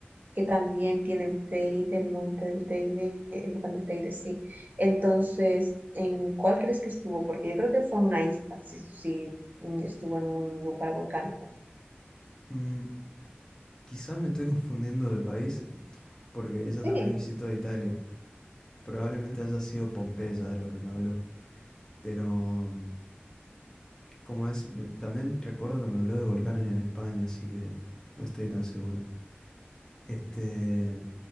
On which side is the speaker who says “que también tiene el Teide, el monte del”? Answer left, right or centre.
Right